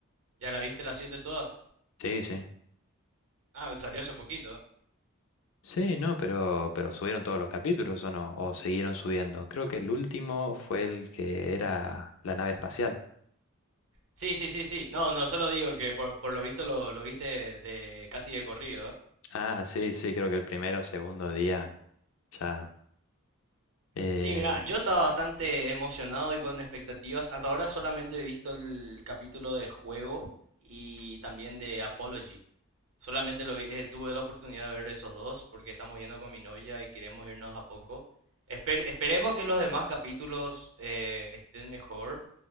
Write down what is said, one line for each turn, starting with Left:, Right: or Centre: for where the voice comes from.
Right: ¿ya la viste la 7 toda?
Left: Sí, sí.
Right: Ah, salió hace poquito. ¿eh?
Left: Sí, no, pero, pero subieron todos los capítulos o no, o siguieron subiendo. Creo que el último fue el que era la nave espacial.
Right: Sí, sí, sí, sí. No, no, solo digo que por, por lo visto lo, lo viste de casi de corrido. ¿eh?
Left: Ah, sí, sí, creo que el primero o segundo día ya. eh,
Right: Sí, mira, yo estaba bastante emocionado y con expectativas. Hasta ahora solamente he visto el capítulo del juego y también de Apology. Solamente lo vi- eh, tuve la oportunidad de ver esos dos porque estamos yendo con mi novia y queremos irnos a poco. Esper- esperemos que los demás capítulos eh, estén mejor.